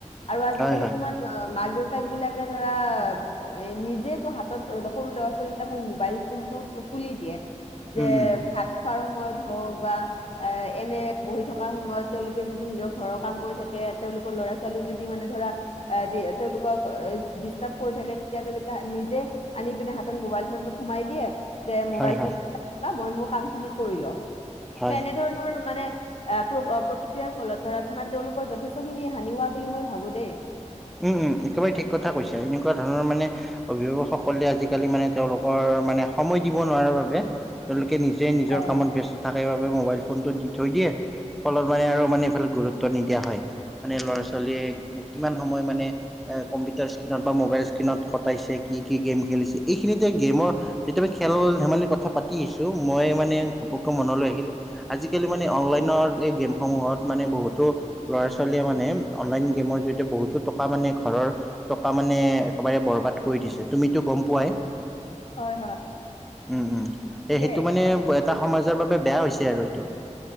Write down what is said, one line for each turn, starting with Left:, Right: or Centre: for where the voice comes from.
Left: আৰু আজিকালি
Centre: হয় হয়
Left: তোমাৰ মাক দেউতাকবিলাকে ধৰা এ, নিজেইতো হাতত সৰু ল'ৰা ছোৱালীবিলাক মোবাইল ফোনটো তুলি দিয়ে। যে
Centre: উম উম
Left: ভাত খোৱাৰ সময়ত হওক বা এ, এনে বহি থকা সময়ত তেওঁলোকে যদি নিজৰ ঘৰৰ কাম কৰি থাকে, তেওঁলোকৰ ল'ৰা ছোৱালী যদি মানে ধৰা এ, তেওঁলোকক এ ডিষ্টাৰ্ব কৰি থাকে তেতিয়া তেওঁলোকে নিজে আনি পিনে হাতত মোবাইল ফোনটো থোমাই দিয়ে দে মোবাইল
Centre: হয় হয়
Left: ফোন, মই মোৰ কামখিনি কৰি লও,
Centre: হয়
Left: এনেধৰণৰ মানে আ প্ৰ-প্ৰতিক্ৰিয়াৰ ফলত ধৰা তোমাৰ তেওঁলোকৰ যথেষ্টখিনি হানি হোৱা বুলি মই ভাবোঁ দেই।
Centre: উম, উম, একেবাৰে ঠিক কথা কৈছা, এনেকুৱা ধৰণৰ মানে অভিভাৱকসকলে আজিকালি মানে তেওঁলোকৰ মানে সময় দিব নোৱাৰাৰ বাবে তেওঁলোকে নিজে নিজৰ
Left: হয়
Centre: কামত ব্যস্ত থাকাৰ বাবে মোবাইল ফোনটো দি থৈ দিয়ে ফলত মানে আৰু মানে এইফালে গুৰুত্ব নিদিয়া হয়, মানে ল'ৰা ছোৱালীয়ে কিমান সময় মানে এ, কম্পিউটাৰ স্ক্ৰীণত বা মোবাইল স্ক্ৰীণত কটাইছে, কি কি গেম খেলিছে, এইখিনিতে গেমৰ যেতিয়া মই খেল ধেমালি কথা পাতি আছোঁ, মই মানে ঘপককৈ মনলৈ আহিল আজিকালি মানে অনলাইনৰ এই গেমসমূহত মানে বহুতো ল'ৰা ছোৱালীয়ে মানে অনলাইন গেমৰ জৰিয়তে বহুত টকা মানে ঘৰৰ টকা মানে একেবাৰে বৰবাদ কৰি দিছে, তুমিটো গ'ম পোৱাই।
Left: হয়
Centre: উম, উম,
Left: হয়
Centre: এ, সেইটো মানে এটা সমাজৰ বাবে বেয়া হৈছে আৰু এইটো।